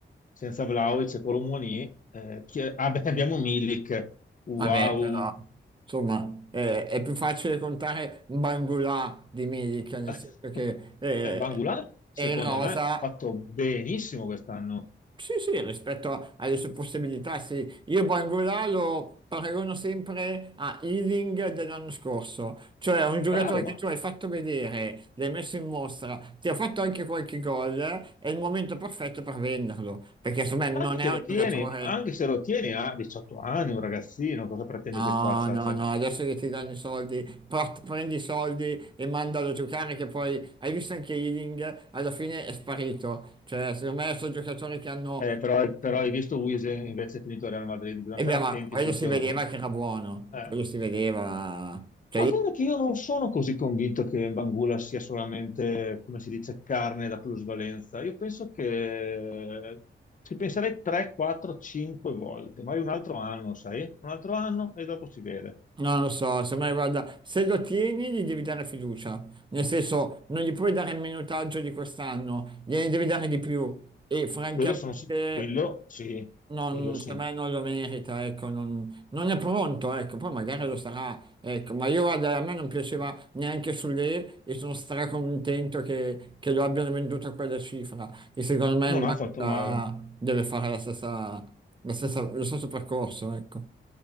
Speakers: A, on the left (about 45°); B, on the right (about 25°).
A: Senza Vlahovic e Colomouani, eh, chi è- ah, beh, abbiamo Milik, wow!
B: Vabbè, però, insomma, eh, è più facile contare Bangula di Milik, nel
A: <laughs>
B: senso che eh,
A: Beh, Bangula, secondo
B: è in rosa
A: me, ha fatto benissimo quest'anno.
B: Sì, sì, rispetto alle sue possibilità, sì. Io Bangula lo paragono sempre a Ealing dell'anno scorso, cioè un giocatore
A: Bravo, ma
B: che tu hai fatto vedere, l'hai messo in mostra, ti ha fatto anche qualche gol, è il momento perfetto per venderlo, perché secondo me
A: Ma
B: non
A: anche se
B: è un
A: lo tieni,
B: giocatore...
A: anche se lo tieni a 18 anni, un ragazzino, cosa pretendi
B: No,
A: che faccia?
B: no,
A: Cioè,
B: no, adesso che ti danno i soldi, port- prendi i soldi e mandalo a giocare che poi hai visto anche Ealing, alla fine è sparito. Cioè, secondo me sono giocatori che hanno...
A: eh, però, però hai visto Wiesen invece è finito a Real Madrid, bisogna
B: E
A: stare
B: beh, ma
A: attenti
B: quello
A: sui
B: si
A: giovani.
B: vedeva che era buono,
A: Eh.
B: quello si vedeva. Cioè,
A: Ma
B: io
A: guarda che io non sono così convinto che Bangula sia solamente, come si dice, carne da plusvalenza. Io penso che eh, ci penserei 3, 4, 5 volte, magari un altro anno, sai? Un altro anno e dopo si vede.
B: non lo so, se me guarda, se lo tieni gli devi dare fiducia, nel senso non gli puoi dare il minutaggio di quest'anno, gliene devi dare di più e francamente
A: Quello sono sic- quello sì,
B: Non,
A: quello sì.
B: per me non lo merita, ecco, non, non è pronto, ecco, poi magari lo sarà, ecco, ma io guarda, a me non piaceva neanche sulle e sono stracontento che, che lo abbiano venduto a quella cifra e secondo me
A: Non
B: Mbappa
A: ha fatto male,
B: deve fare la stessa, la stessa- lo stesso percorso, ecco.